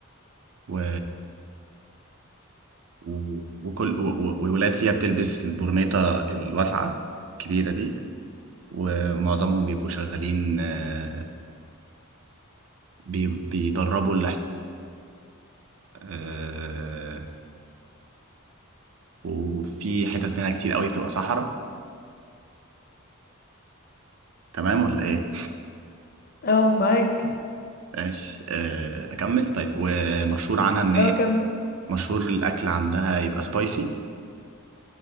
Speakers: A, on the right; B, on the left.
A: و و- وكل و- و- والولاد فيها بتلبس البرنيطة الواسعة الكبيرة دي ومعظمهم بيبقوا شغالين آه، بي- بيدربوا الأحصنة وفي حتت منها كتير قوي بتبقى صحراء تمام ولا ايه
B: اه معاك
A: ماشي آه، اكمل طيب ومشهور عنها ان هي
B: اه كمل
A: مشهور الاكل عندها يبقى سبايسي